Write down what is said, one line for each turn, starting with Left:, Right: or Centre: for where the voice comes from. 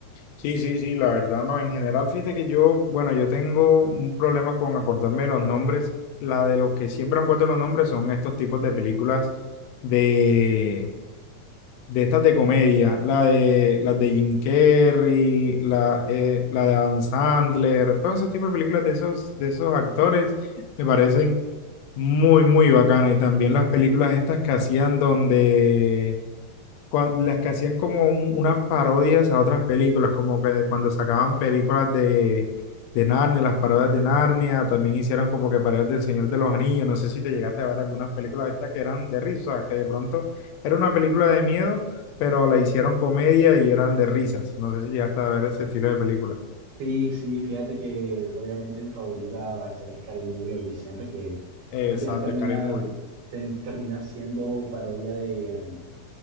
Left: Sí, sí, sí, la verdad no. En general, fíjate que yo, bueno, yo tengo un problema con acordarme de los nombres. La de los que siempre me acuerdo los nombres son estos tipos de películas de, de estas de comedia. La de, las de Jim Carrey, la, eh, la de Adam Sandler, todo ese tipo de películas de esos, de esos actores me parecen muy, muy bacanas. Y también las películas estas que hacían donde cua- las que hacían como un- unas parodias a otras películas, como que cuando sacaban películas de, de Narnia, las parodias de Narnia, también hicieron como que parodias del Señor de los Anillos. No sé si te llegaste a ver algunas películas de estas que eran de risa, que de pronto era una película de miedo, pero la hicieron comedia y eran de risas. No sé si llegaste a ver ese estilo de películas.
Right: Sí, sí, fíjate que obviamente mi favorita va a ser Scary Movie y siempre que
Left: Exacto,
Right: al final termina,
Left: Scary Movie.
Right: ten- termina siendo parodia de, um,